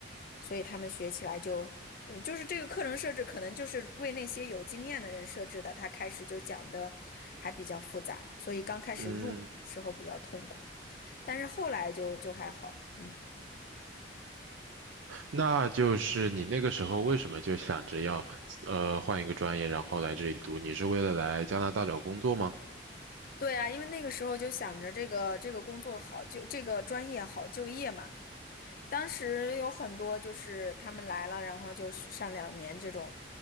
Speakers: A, on the left; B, on the right.
A: 所以他们学起来就，嗯，就是这个课程设置可能就是为那些有经验的人设置的，他开始就讲的还比较复杂，所以刚开始入门的时候比较痛苦，
B: 嗯。
A: 但是后来就就还好，嗯。
B: 那就是你那个时候为什么就想着要呃换一个专业，然后来这里读？你是为了来加拿大找工作吗？
A: 对啊，因为那个时候就想着这个这个工作好就这个专业好就业嘛。当时有很多就是他们来了，然后就是上两年这种，